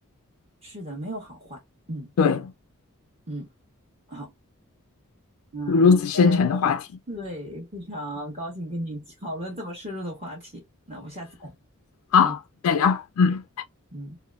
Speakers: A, on the right; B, on the left.
A: 是的，没有好坏。嗯
B: 对，
A: 嗯，好，那今天
B: 如此深沉的话题，
A: 对，非常高兴跟你 <laughs> 讨论这么深入的话题。那我们下次再聊
B: 好，
A: 嗯
B: 再聊，嗯。
A: 嗯。